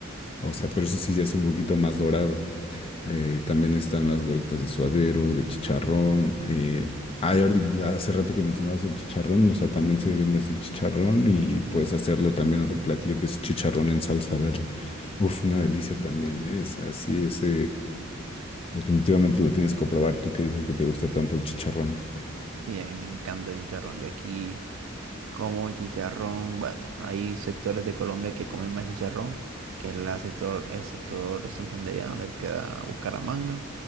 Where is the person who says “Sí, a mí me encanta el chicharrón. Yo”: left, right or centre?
Right